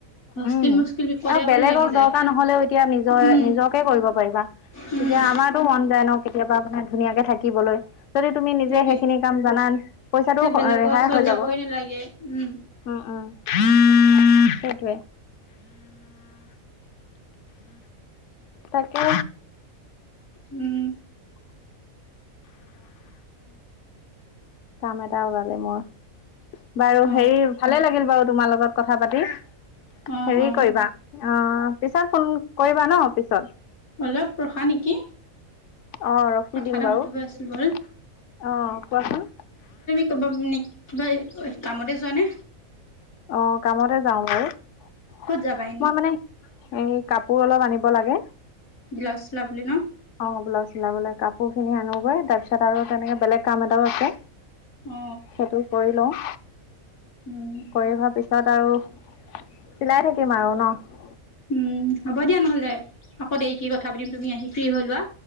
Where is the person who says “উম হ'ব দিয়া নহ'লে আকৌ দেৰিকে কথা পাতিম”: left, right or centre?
Left